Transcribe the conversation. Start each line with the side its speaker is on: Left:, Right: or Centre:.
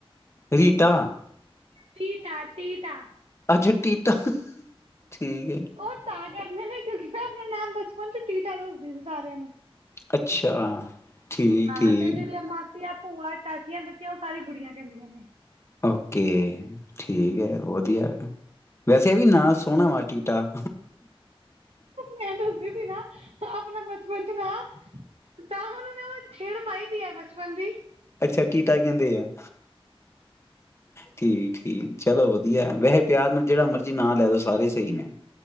Left: ਰੀਟਾ,
Right: ਤੀਤਾ ਤੀਤਾ
Left: ਅੱਛਾ ਟੀਟਾ ਠੀਕ ਹੈ।
Right: ਉਹ ਤਾਂ ਕਹਿੰਦੇ ਨੇ ਕਿਉਂਕਿ ਆਪਣਾ ਨਾਮ ਬਚਪਨ ਚ ਟੀਟਾ ਦੱਸਦੀ ਸੀ ਸਾਰਿਆਂ ਨੂੰ
Left: ਅੱਛਾ ਠੀਕ
Right: ਹਾਂ
Left: ਠੀਕ
Right: ਤੇ ਜਿਹੜੀ ਆ ਮਾ ਸੀਆਂ ਭੂਆ ਚਾਚੀਆਂ ਬੱਚੀਆਂ ਉਹ ਸਾਰੀ ਗੁੜੀਆਂ ਕਹਿੰਦੀਆਂ ਨੇ।
Left: ਓਕੇ ਠੀਕ ਹੈ ਵਧੀਆ ਵੈਸੇ ਇਹ ਵੀ ਨਾ ਸੋਹਣਾ ਵਾ ਟੀਟਾ।
Right: ਮੈਂ ਦੱਸਦੀ ਸੀ ਨਾ ਆਪਣਾ ਬਚਪਨ ਚ ਨਾਂਅ ਤਾਂ ਉਹਨਾਂ ਨੇ ਉਹ ਛੇੜ ਪਾਈ ਦੀ ਹੈ ਬਚਪਨ ਦੀ
Left: ਅੱਛਾ ਟੀਟਾ ਕਹਿੰਦੇ ਆ ਠੀਕ ਠੀਕ ਚਲੋ ਵਧੀਆ ਵੈਸੇ ਪਿਆਰ ਨਾਲ ਜਿਹੜਾ ਮਰਜੀ ਨਾ ਲੈ ਦੋ ਸਾਰੇ ਸਹੀ ਨੇ।